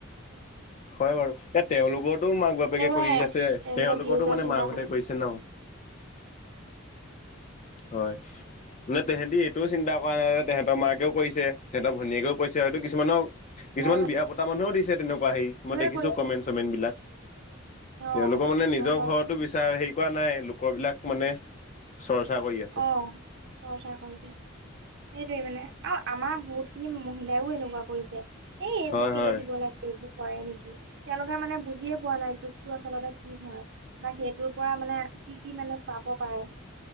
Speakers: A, on the left; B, on the right.
A: হয় বাৰু এয়া তেওঁলোকৰ ো মাক বাপেকে
B: তেনেকুৱাই
A: কৰি আছে
B: এনেকে
A: তেওঁলোকতো
B: ভিউজৰ
A: মানে
B: চিন্তা
A: মাকঁতে
B: কৰে
A: কৰিছে ন হয় মানে তেহঁতি এইটোও চিন্তা কৰা নাই যে তেহেতৰ মাকেও কৰিছে তেহঁতৰ ভনীয়েকেও কৰিছে হয়তো কিছুমানৰ কিছুমান
B: হয় হয়
A: বিয়া পতা মানুহও দিছে তেনেকুৱা হি
B: সকলোৱে
A: মই দেখিছো
B: কৰিছে
A: কমেণ্ট চমেণ্ট বিলাক
B: অ
A: তেওঁলোকৰ মানে
B: হয়
A: নিজৰ
B: হয়
A: ঘৰতো বিচাৰ হেৰি কৰা নাই লোকৰ বিলাক মানে চৰ্চা কৰি আছে
B: অ খৰচা কৰিছে সেইটোৱে মানে আৰু আমাৰ বহুত খিনি মহিলাইও এনেকুৱা কৰিছে এই এইবোৰ
A: হয়
B: কেলে
A: হয়
B: দিব লাগে এইব কৰে নেকি তেওঁলোকে মানে বুজিয়ে পোৱা নাই যুগটো আচলতে কি হয় বা সেইটোৰ পৰা মানে কি কি মানে পাব পাৰে